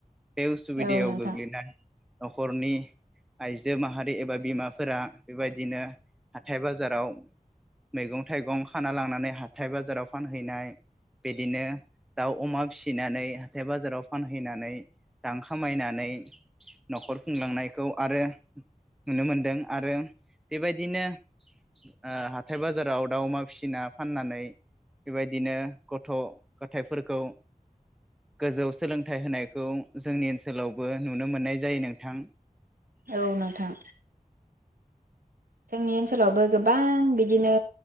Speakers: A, in the centre; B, on the right.
A: बे उसुबिदायाव
B: औ नोंथां
A: गोग्लैनानै नखरनि आइजो माहारि एबा बिमाफोरा बेबायदिनो हाथाय बाजाराव मैगं थाइगं खाना लांनानै हाथाय बाजाराव फानहैनाय बिदिनो दाउ अमा फिसिनानै हाथाय बाजाराव फानहैनानै रां खामायनानै नखर खुंलांनायखौ आरो नुनो मोनदों आरो बेबायदिनो ओ हाथाय बाजाराव दाउ अमा फिसिना फाननानै बेबायदिनो गथ गथायफोरखौ गोजौ सोलोंथाइ होनायखौ जोंनि ओनसोलावबो नुनो मोननाय जायो नोंथां।
B: औ नोंथां जोंनि ओनसोलावबो गोबां बि बिदिनो